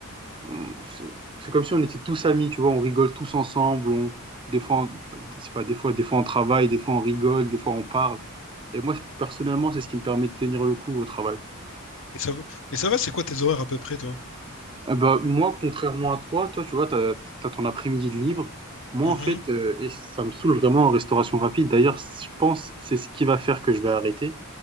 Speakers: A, on the right; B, on the left.
A: on- c'est c'est comme si on était tous amis, tu vois, on rigole tous ensemble, on, des fois, on- c'est pas des fois, des fois on travaille, des fois on rigole, des fois on parle. Et moi, personnellement, c'est ce qui me permet de tenir le coup au travail.
B: Et ça va, et ça va, c'est quoi tes horaires à peu près, toi?
A: Ah bah, moi, contrairement à toi, toi, tu vois, t'as, t'as ton après-midi de libre. Moi,
B: Mhm.
A: en fait, euh, et ça me saoule vraiment en restauration rapide. D'ailleurs, je pense c'est ce qui va faire que je vais arrêter.